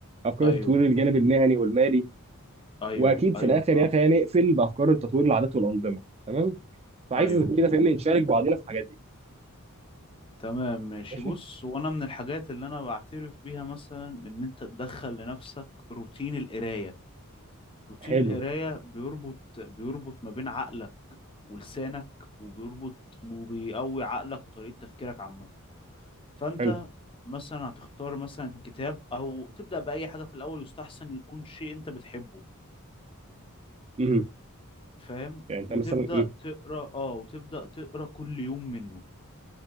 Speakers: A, on the right; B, on the left.
A: افكار
B: ايوه
A: لتطوير الجانب المهني والمالي
B: ايوه
A: واكيد
B: ايوه
A: في الاخر
B: فاهم
A: يا اخي هنقفل بافكار تطوير العادات والانظمه تمام فعايز
B: ايوه
A: كده فاهمني نشارك بعضينا في الحاجات دي
B: تمام ماشي
A: ماشي
B: بص وانا من الحاجات اللي انا بعترف بيها مثلا ان انت تدخل لنفسك روتين القرايه روتين
A: حلو
B: القرايه بيربط بيربط ما بين عقلك ولسانك وبيربط وبيقوي عقلك وطريقه تفكيرك عامه فانت
A: حلو
B: مثلا هتختار مثلا كتاب او تبدا باي حاجه في الاول يستحسن يكون شيء انت بتحبه
A: مهم.
B: فاهم
A: يعني انت
B: وتبدا
A: مثلا مم.
B: تقرا اه وتبدا تقرا كل يوم منه